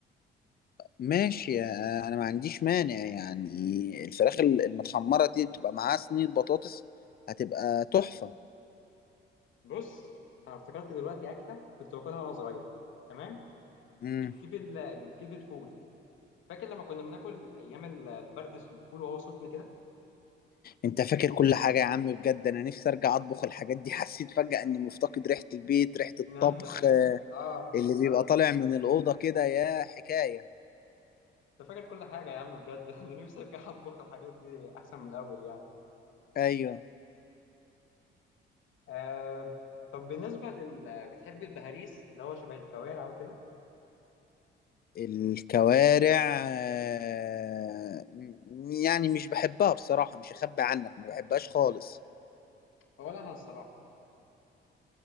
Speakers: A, on the left; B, on the left.
A: ماشي آه، انا ما عنديش مانع يعني الفراخ ال- المتحمره دي تبقى معاها صينيه بطاطس هتبقى تحفه
B: بص انا افتكرت دلوقتي اكله كنت باكلها وانا صغير تمام
A: مم.
B: بتجيب ال... بتجيب الفول فاكر لما كنا بناكل ايام ال- البردس بالفول وهو سخن كده
A: انت فاكر كل حاجة يا عم بجد انا نفسي ارجع اطبخ الحاجات دي حسيت فجأة اني مفتقد ريحة البيت ريحة الطبخ
B: <laughs>
A: آه،
B: اه
A: اللي بيبقى
B: قوي
A: طالع من الأوضة كده يا حكاية
B: انت فاكر كل حاجه يا عم بجد <laughs> انا نفسي ارجع اطبخ الحاجات دي احسن من الاول يعني
A: ايوه
B: آه طب بالنسبة لل بتحب البهاريس اللي هو شبه الكوارع وكده
A: الكوارع آه، م- يعني مش بحبها بصراحة مش هخبي عنك ما بحبهاش خالص
B: ولا أنا الصراحة